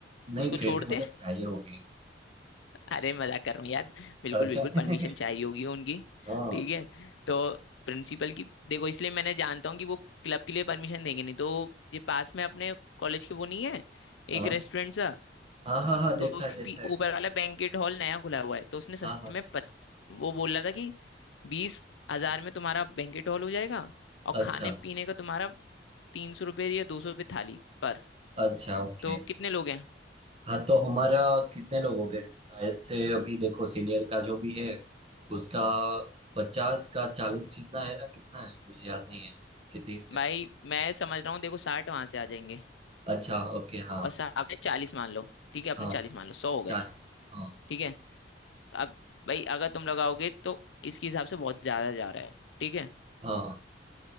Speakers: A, on the right; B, on the left.
A: नहीं
B: उसको
A: फिर
B: छोड़ते
A: भी मतलब चाहिए होगी
B: अरे मजाक कर रहा हूँ यार बिल्कुल
A: अच्छा
B: बिल्कुल
A: <laughs>
B: परमिशन चाहिए होगी उनकी
A: हाँ
B: ठीक है तो प्रिंसिपल की देखो इसलिए मैंने जानता हूँ कि वो क्लब के लिए परमिशन देंगे नहीं तो ये पास में अपने कॉलेज के वो नहीं है
A: हाँ
B: एक रेस्टोरेंट सा
A: हाँ हाँ हाँ देखा
B: तो उसके
A: है देखा
B: पी-
A: है
B: ऊपर वाला बैंकेट हॉल नया खुला हुआ है तो उसने सस्ते
A: हाँ हाँ
B: में
A: हाँ।
B: पच, वो बोल रहा था कि बीस हजार में तुम्हारा बैंकेट हॉल हो जाएगा और
A: अच्छा
B: खाने पीने का तुम्हारा तीन सौ रुपये या दो सौ रुपये थाली पर
A: अच्छा ओके
B: तो कितने लोग हैं
A: हाँ तो हमारा कितने लोग हो गए शायद से अभी देखो सीनियर का जो भी है उसका पचास का चालीस जितना है ना कितना है मुझे याद नहीं है कितनी से
B: भाई मैं समझ रहा हूँ देखो साठ वहां से आ जाएंगे
A: अच्छा ओके हाँ
B: और सा- आपने चालीस मान लो ठीक है आपने
A: हाँ
B: चालीस मान लो सौ हो गए
A: चालीस हाँ
B: ठीक है अब भाई अगर तुम लगाओगे तो इसके हिसाब से बहुत ज्यादा जा रहा है ठीक है
A: हाँ